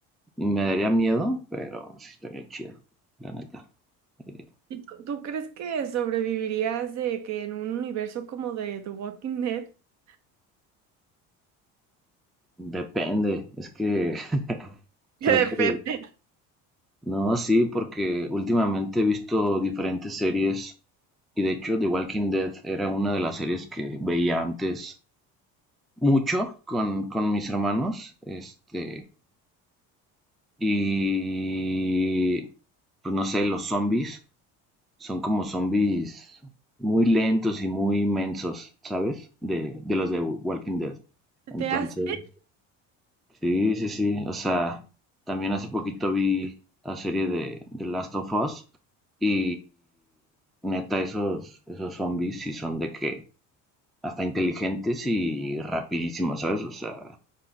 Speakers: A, in the centre; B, on the right.
A: me daría miedo, pero sí estaría chido, la neta. Eh,
B: ¿Y tú tú crees que sobrevivirías de que en un universo como de The Walking Dead? <laughs>
A: depende, es que <laughs>
B: Que
A: creo
B: depende.
A: que, no, sí, porque últimamente he visto diferentes series Y de hecho, The Walking Dead era una de las series que veía antes mucho con, con mis hermanos. Este, y pues no sé, los zombies son como zombies muy lentos y muy inmensos, ¿sabes? De, de los de Walking Dead.
B: ¿Se
A: Entonces,
B: te hace?
A: sí, sí, sí. O sea, también hace poquito vi la serie de, de Last of Us y neta, esos, esos zombies sí son de que hasta inteligentes y rapidísimos, ¿sabes? O sea,